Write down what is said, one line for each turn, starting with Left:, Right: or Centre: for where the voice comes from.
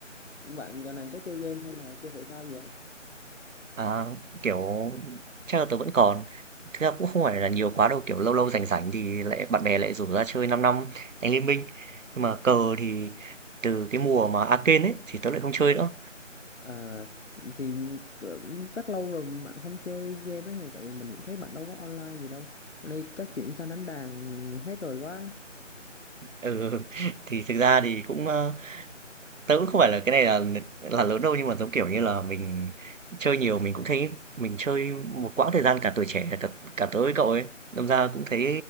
Left: bạn dạo này có chơi game hay là chơi thể thao gì không
Right: à, kiểu, chắc là tớ vẫn còn. Thực ra cũng không phải là nhiều quá đâu, kiểu lâu lâu rảnh rảnh thì lại bạn bè lại rủ ra chơi 5 năm đánh Liên Minh. Nhưng mà cờ thì từ cái mùa mà arcane ấy thì tớ lại không chơi nữa.
Left: à thì tớ- chắc lâu rồi bạn không chơi game ấy thì tại vì mình cũng thấy bạn đâu có online gì đâu Ở đây chắc chuyển sang đánh đàn hết rồi quá
Right: Ừ, thì thực ra thì cũng, ơ, tớ cũng không phải là cái này là là lớn đâu, nhưng mà, giống kiểu như là, mình chơi nhiều mình cũng thấy mình chơi một quãng thời gian cả tuổi trẻ, cả cả tớ với cậu ấy, đâm ra cũng thấy